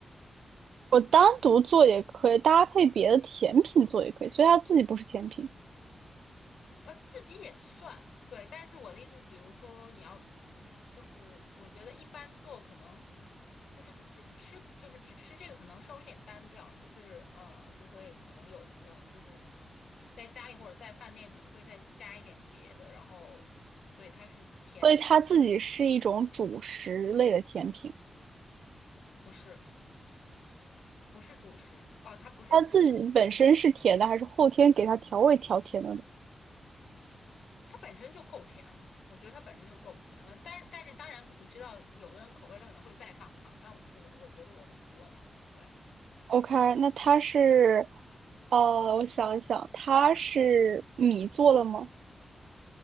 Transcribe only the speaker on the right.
我单独做也可以，搭配别的甜品做也可以，所以它自己不是甜品，
所以它自己是一种主食类的甜品。
它自己本身是甜的，还是后天给它调味调甜的呢？
OK，那它是，呃，我想一想，它是米做的吗？